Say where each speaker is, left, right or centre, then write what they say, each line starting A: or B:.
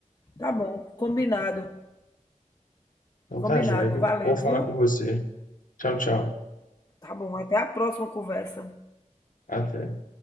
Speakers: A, on the left; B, on the left.
A: Tá bom, combinado.
B: Então
A: Combinado.
B: tá, joia, viu?
A: Valeu,
B: Bom falar
A: viu?
B: com você. Tchau, tchau.
A: Tá bom, até a próxima conversa.
B: Até.